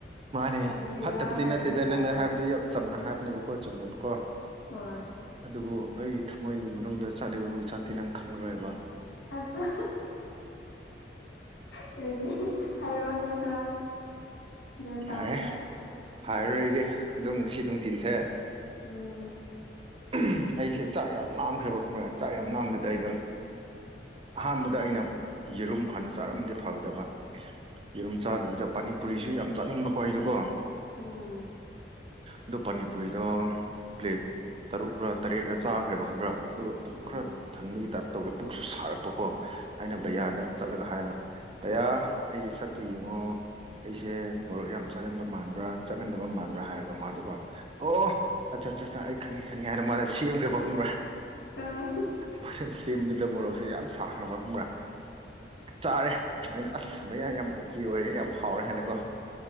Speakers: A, on the right (about 30°); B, on the left (about 75°).
A: ꯃꯥꯅꯦ
B: ꯑꯗꯨꯒꯤꯔ
A: ꯐꯠꯇꯕꯗꯤ
B: ꯍꯥꯏꯕꯅꯤꯗ
A: ꯅꯠꯇꯦꯗ ꯅꯪꯅ
B: ꯑꯩꯅ
A: ꯍꯥꯏꯕꯗꯨ ꯌꯥꯝ ꯆꯝꯅ ꯍꯥꯏꯕꯅꯦꯕꯀꯣ ꯆꯨꯝꯃꯦꯕꯀꯣ
B: ꯍꯣꯏ
A: ꯑꯗꯨꯕꯨ ꯑꯩ ꯊꯃꯣꯏꯒꯤ ꯃꯅꯨꯡꯗ ꯆꯠꯂꯤꯕ ꯃꯩꯆꯥꯛꯇꯤ ꯅꯪ ꯈꯪꯂꯔꯣꯏꯕ
B: ꯑꯠꯆꯥ ꯀꯔꯤꯒꯤ ꯍꯥꯏꯔꯛꯑꫭꯅꯦ ꯈꯔ ꯒ꯭ꯌꯥꯟ ꯇꯥꯅꯤꯡꯉꯥꯏ
A: ꯌꯥꯔꯦ ꯍꯥꯏꯔꯔꯣꯏꯒꯦ ꯑꯗꯣ ꯉꯁꯤ ꯅꯨꯡꯊꯤꯟꯁꯦ
B: ꯎꯝ
A: ꯎꯝ ꯑꯩꯁꯦ ꯆꯥꯛ ꯌꯥꯝ ꯂꯝꯈ꯭ꯔꯦꯕ ꯈꯪꯕ꯭ꯔ ꯆꯥꯛ ꯌꯥꯝ ꯂꯝꯕꯗ ꯑꯩꯗꯣ ꯑꯍꯥꯟꯕꯗ ꯑꯩꯅ ꯌꯦꯔꯨꯝ ꯍꯥꯟꯅ ꯆꯥꯔꯝꯃꯗꯤ ꯐꯒꯗꯕ ꯌꯦꯔꯨꯝ ꯆꯥꯗꯕꯤꯗ
B: ꯑꯗꯨ
A: ꯄꯥꯅꯤꯄꯨꯔꯤꯁꯨ ꯌꯥꯝ ꯆꯥꯅꯤꯡꯕꯀꯣ ꯏꯗꯣꯀꯣ
B: ꯎꯝ
A: ꯑꯗꯨꯣ ꯄꯅꯤꯄꯨꯔꯤꯗꯣ ꯄ꯭ꯂꯦꯠ ꯇꯔꯨꯛꯔ ꯇꯔꯦꯠꯔ ꯆꯥꯈ꯭ꯔꯦꯕ ꯈꯪꯕ꯭ꯔꯥ ꯑꯗꯨꯒ ꯄꯨꯛ
B: ꯎꯝ
A: ꯈꯔ ꯊꯟꯕꯒꯤ ꯇꯥꯏꯝꯇ ꯇꯧꯔꯦ ꯄꯨꯛꯁꯨ ꯁꯥꯔꯛꯄ ꯀꯣ ꯑꯩꯅ
B: ꯎꯝ
A: ꯕꯩꯌꯥꯗ ꯆꯠꯂꯒ ꯍꯥꯏꯕ ꯕꯩꯌꯥ ꯑꯩꯒꯤ ꯁꯠꯇꯨ ꯌꯦꯡꯉꯣ ꯑꯩꯁꯦ ꯃꯔꯨꯞ ꯌꯥꯝ ꯆꯥꯒꯟꯕ ꯃꯥꯟꯕ꯭ꯔꯥ ꯆꯪꯒꯟꯗꯕ ꯃꯥꯟꯕ꯭ꯔꯥ ꯍꯥꯏꯔꯒ ꯃꯥꯗꯣꯀꯣ ꯑꯣ ꯑꯠꯆꯥ ꯑꯠꯆꯥ ꯑꯩ ꯈꯪꯉꯤ ꯈꯪꯉꯤ ꯍꯥꯏꯅ ꯃꯥꯅ ꯁꯦꯝꯈ꯭ꯔꯦꯕ ꯈꯪꯕ꯭ꯔꯥ
B: ꯎꯝ
A: ꯃꯈ ꯁꯦꯝꯗꯨꯗ ꯃꯣꯔꯣꯛꯁꯦ ꯌꯥꯝ ꯁꯥꯈ꯭ꯔꯕꯕ꯭ꯔꯥ ꯆꯥꯔꯦ ꯑꯩꯅ ꯑꯁ ꯃꯕꯌꯥ ꯌꯥꯝ ꯑꯣꯀꯦ ꯑꯣꯏꯔꯦ ꯌꯥꯝ ꯍꯥꯎꯔꯦ ꯍꯥꯏꯅꯀꯣ